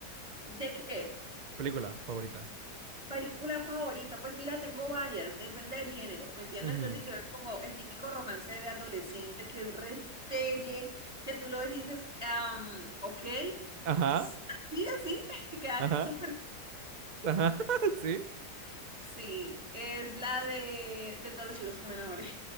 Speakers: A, in the centre; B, on the right.
A: ¿De qué?
B: Película favorita.
A: Película favorita, pues mira, tengo varias, depende del género, ¿me entiendes?
B: Ujú.
A: Entonces, si quiero ver como el típico romance de adolescente que es repelle, que tú lo ves y dices, am, ok,
B: Ajá,
A: s- así, así, <laughs> queda
B: ajá,
A: súper.
B: ajá. <laughs> Sí.
A: Sí, es la de, de todos los chicos que me enamoré.